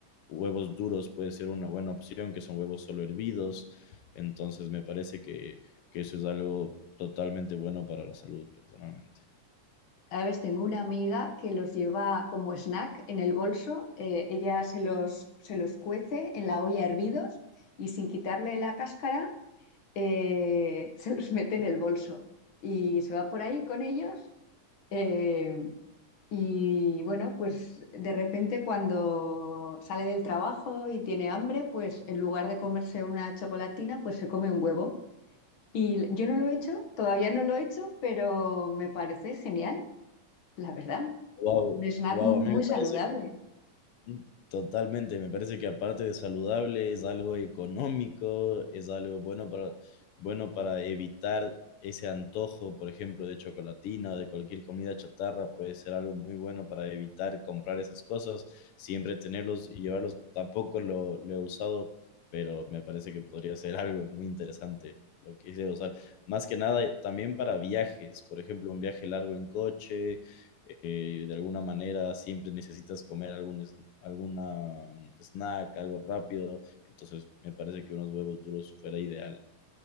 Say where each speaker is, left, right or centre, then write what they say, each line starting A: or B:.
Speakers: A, on the left (about 85°); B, on the left (about 50°).
A: huevos duros puede ser una buena opción, que son huevos solo hervidos. Entonces me parece que, que eso es algo totalmente bueno para la salud personalmente.
B: A veces tengo una amiga que los lleva como snack en el bolso, eh, ella se los, se los cuece en la olla hervidos y sin quitarle la cáscara eh, <laughs> se los mete en el bolso y se va por ahí con ellos. eh, Y bueno, pues de repente cuando sale del trabajo y tiene hambre, pues en lugar de comerse una chocolatina, pues se come un huevo. Y yo no lo he hecho, todavía no lo he hecho, pero me parece genial, la verdad.
A: Wow,
B: Un snack
A: wow,
B: m-
A: a mí
B: muy
A: me parece
B: saludable,
A: Mm, Totalmente, me parece que aparte de saludable es algo económico, es algo bueno para, bueno para evitar ese antojo, por ejemplo, de chocolatina o de cualquier comida chatarra, puede ser algo muy bueno para evitar comprar esas cosas, siempre tenerlos y llevarlos, tampoco lo, lo he usado, pero me parece que podría ser algo muy interesante lo que quisiera usar. Más que nada eh, también para viajes, por ejemplo, un viaje largo en coche, eh, de alguna manera siempre necesitas comer algún, alguna mm, snack, algo rápido. Entonces, me parece que unos huevos duros fuera ideal.